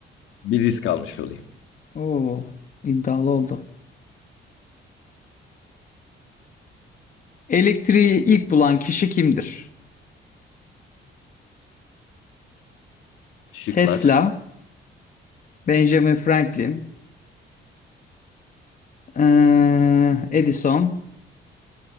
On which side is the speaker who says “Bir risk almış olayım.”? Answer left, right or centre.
Left